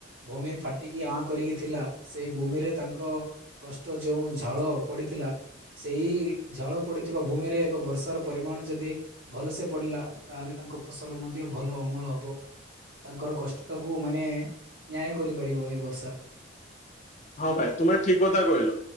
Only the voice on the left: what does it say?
ହଁ ଭାଇ ତୁମେ ଠିକ କଥା କହିଲ